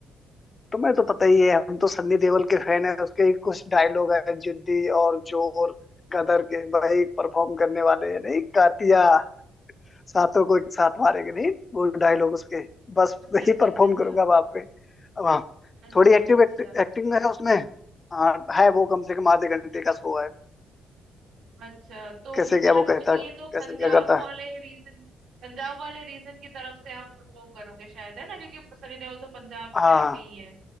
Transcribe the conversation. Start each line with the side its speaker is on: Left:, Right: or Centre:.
Left: तुम्हें तो पता ही है हम तो सन्नी देओल के फैन है उसके कुछ डायलॉग है जिद्दी और जोर गदर के भाई परफॉर्म करने वाले हैं नहीं कातिया सातों को एक साथ मारेंगे नहीं वो डायलॉग उसके बस
Right: अच्छा
Left: वही
Right: अच्छा
Left: परफॉर्म
Right: अच्छा अच्छा
Left: करूंगा वहां पे अब हाँ
Right: अच्छा
Left: थोड़ी एक्टिव
Right: अच्छा
Left: एक्टिंग है उसमें हाँ है वो कम से कम आधे घंटे का शो है
Right: अच्छा तो
Left: कैसे
Right: मुझे
Left: क्या
Right: लगता
Left: वो कहता
Right: है कि ये तो
Left: कैसे
Right: पंजाब
Left: क्या करता
Right: वाले रीजन पंजाब वाले रीजन की तरफ से आप परफॉर्म करोगे शायद है ना क्योंकि सनी देओल तो पंजाब
Left: हाँ
Right: साइड के ही है